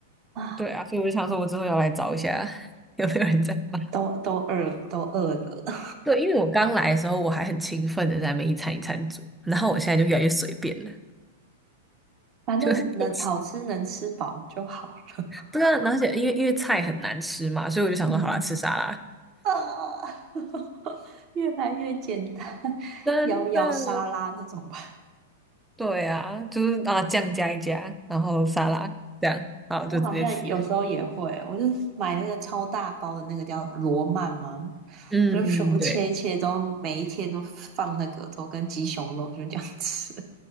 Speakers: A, on the right; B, in the centre.
A: 啊，
B: 对啊，所以我就想说，我之后要来找一下 <laughs> 有没有人在买。
A: 都都饿都饿了，<laughs>
B: 对，因为我刚来的时候，我还很勤奋的在那边一餐一餐煮，然后我现在就越来越随便了，
A: 反正能好吃能吃饱就好了。
B: 就 <laughs> 对啊，而且因为因为菜很难吃嘛，所以我就想说，
A: 嗯，
B: 好啦，吃沙拉。
A: 啊，<laughs> 越来越简单，<laughs>
B: 真的，
A: 摇摇沙拉那种吧。
B: 对啊，就是啊，酱加一加，然后沙拉这样，
A: <laughs>
B: 好，
A: 我好像有时候也会，
B: 就直接吃。
A: 我就买那个超大包的那个叫罗曼吗？
B: 嗯，
A: 我就全部切一切都，
B: 嗯，对，
A: 每一天都放那个，都跟鸡胸肉就这样吃，